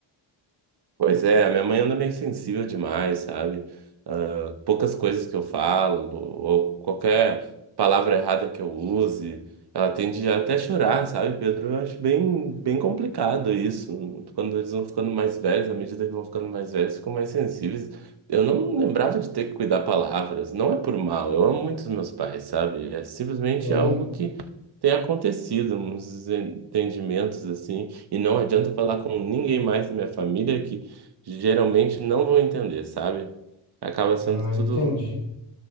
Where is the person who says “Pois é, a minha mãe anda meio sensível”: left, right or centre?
Right